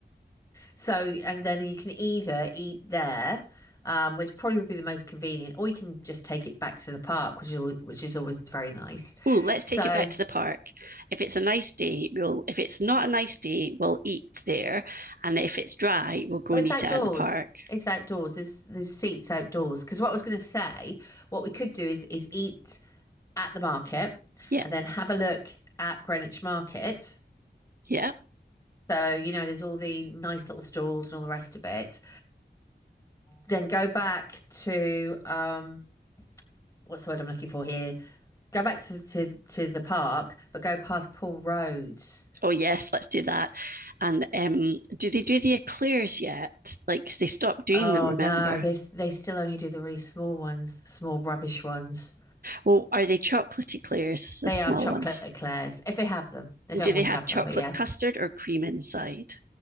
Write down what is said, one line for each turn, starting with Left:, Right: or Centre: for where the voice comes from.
Left: So, and then you can either eat there, um, which probably would be the most convenient, or you can just take it back to the park, which is always, which is always very nice.
Right: Oh, let's
Left: So,
Right: take it back to the park. If it's a nice day, we'll if it's not a nice day, we'll eat there. And if it's dry, we'll go
Left: well,
Right: and
Left: it's
Right: eat
Left: outdoors.
Right: it at the park.
Left: It's outdoors. There's there's seats outdoors. Because what I was going to say, what we could do is is eat at the market,
Right: Yeah,
Left: and then have a look at Greenwich Market.
Right: yeah.
Left: So, you know, there's all the nice little stalls and all the rest of it. Then go back to um, what's the word I'm looking for here? Go back to to, to the park, but go past Paul Roads.
Right: oh yes, let's do that. And um, do they do the eclairs yet? Like they stopped doing
Left: Oh
Right: them, remember?
Left: no, they they still only do the really small ones, the small rubbish ones.
Right: Well, are they chocolate eclairs, the
Left: They
Right: small
Left: are chocolate
Right: ones?
Left: eclairs if they have them. They
Right: And
Left: don't
Right: do
Left: always
Right: they have
Left: have
Right: chocolate
Left: them, but yeah.
Right: custard or cream inside?